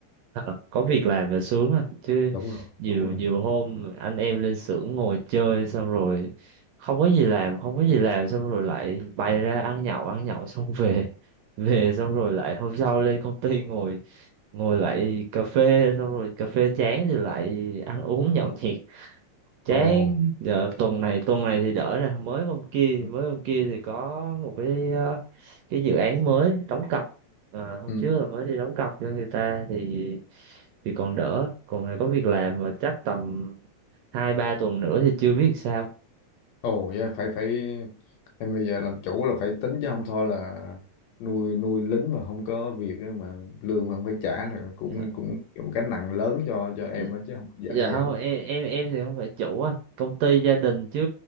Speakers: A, on the right (about 75°); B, on the left (about 70°).
A: ờ, ờ, có việc làm là sướng à chứ
B: đúng rồi
A: nhiều
B: đúng rồi
A: nhiều hôm anh em lên xưởng ngồi chơi xong rồi không có gì làm không có gì làm xong rồi lại bay ra ăn nhậu ăn nhậu <laughs> xong về về xong rồi lại hôm sau lên công ty ngồi ngồi lại cà phê xong rồi cà phê chán thì lại ăn uống nhậu nhẹt chán
B: ồ
A: giờ tuần này tuần này thì đỡ nè mới hôm kia
B: ừ
A: mới hôm kia thì có một cái ờ, cái dự án mới đóng cọc à, hôm
B: ừ.
A: trước là mới đi đóng cọc cho người ta thì thì còn đỡ còn này có việc làm mà chắc tầm hai ba tuần nữa thì chưa biết sao
B: ồ yeah, phải phải em bây giờ làm chủ là phải tính chứ không thôi là nuôi nuôi lính mà không có việc á, mà lương mà không phải trả là cũng
A: dạ
B: cũng một cái nặng lớn cho cho em
A: dạ
B: á chứ không đơn
A: Dạ
B: giản
A: không
B: giản đâu
A: em em em thì không phải chủ á công ty gia đình chứ